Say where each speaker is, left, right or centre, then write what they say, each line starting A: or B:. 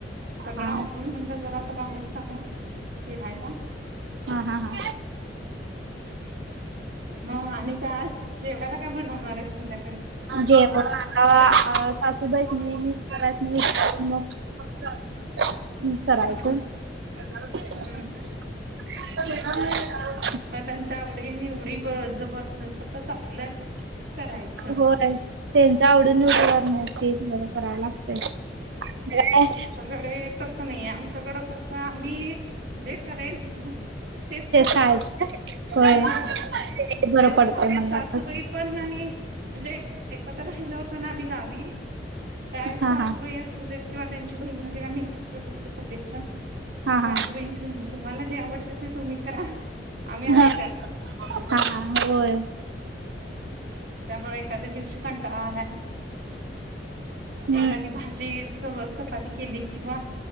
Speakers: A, on the right (about 60°); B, on the right (about 75°).
A: सगळं
B: हा
A: आवरून म्हणलं जरा आता बाहेर सांग फुरायला
B: हा हा हा.
A: मग आणि काय आज जेवायला काय बनवणार आहे संध्याकाळी
B: जे आता सासूबाईसनी मिस्टरास्नी विचारून मग मग करयच.
A: हम्म
B: <unintelligible>
A: हम्म म त्यांच्या आवडी निवडी प जपत जपतच आपलं. करायचं
B: होय त्यांच आवडून उभ करण्याची बर कराव लागतेलामग काय
A: कडे तस नाही आमच्याकडं कसं आम्ही जे करेल तेच खातो
B: खायचं होय.
A: हम्म
B: ते बरं
A: तेच
B: पडतंय
A: खातात
B: म्हणलं
A: सासूबाई पण आणि म्हणजे एकत्र राहिलं होतं ना आम्ही गावी त्यावेळेस
B: हा
A: सासूबाई
B: हा.
A: असू देत किंवा त्यांची बहीण वगैरे आम्ही एकत्र जोतो सगण सासूबाईंची
B: हा हा
A: पण तुम्हाला जे आवडते ते तुम्ही करा आम्ही आहे
B: हा
A: त्यात.
B: हा होय.
A: त्यामुळे एखाद्या दिवशी कंटाळा आलाय. होय होय,
B: हम्म
A: एखादी भाजी च चपाती केली किंवा